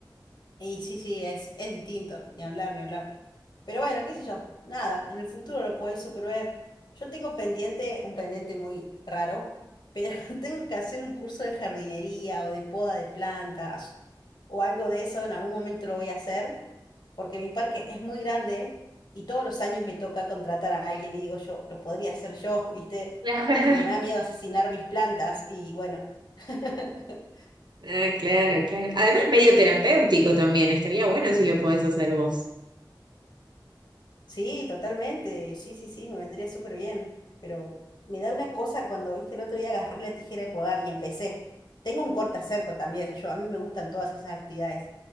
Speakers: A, on the left; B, on the right.
A: Y sí, sí, es, es distinto, ni hablar, ni hablar. Pero bueno, qué sé yo, nada, en el futuro lo puedes super ver. Yo tengo pendiente, un pendiente muy raro, pero <laughs> tengo que hacer un curso de jardinería o de poda de plantas o algo de eso, en algún momento lo voy a hacer, porque mi parque es muy grande y todos los años me toca contratar a alguien y digo yo, lo podría hacer yo, <laughs> ¿viste?
B: Claro.
A: Pero me
B: <laughs>
A: da miedo asesinar mis plantas y bueno. <laughs>
B: Ah, claro, claro. Además, medio terapéutico también. Estaría bueno si lo podés hacer vos.
A: Sí, totalmente. Sí, sí, sí, me vendría súper bien. Pero me da una cosa cuando, viste, el otro día agarré la tijera de podar y empecé. Tengo un cortacerco también. Yo, a mí me gustan todas esas actividades.